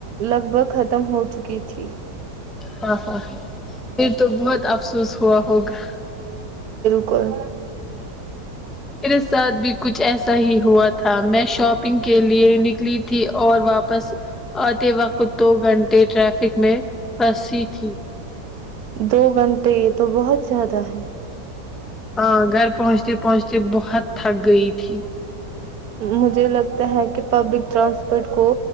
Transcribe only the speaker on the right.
لگ بھگ ختم ہو چکی تھی
گل
دو گھنٹے یہ تو بہت زیادہ ہے
مجھے لگتا ہے کہ پبلک ٹرانسپورٹ کو